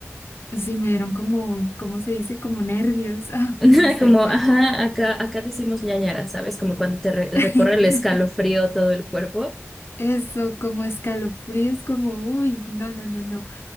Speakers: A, on the left; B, in the centre.
A: sí, me dieron como, ¿cómo se dice? Como nervios, <laughs> ah,
B: <laughs>
A: no sé.
B: Como, ajá, acá, acá decimos ñañara, ¿sabes? Como cuando te re-
A: <laughs>
B: recorre el escalofrío todo el cuerpo.
A: Eso, como escalofríos, como, uy, no, no, no, no.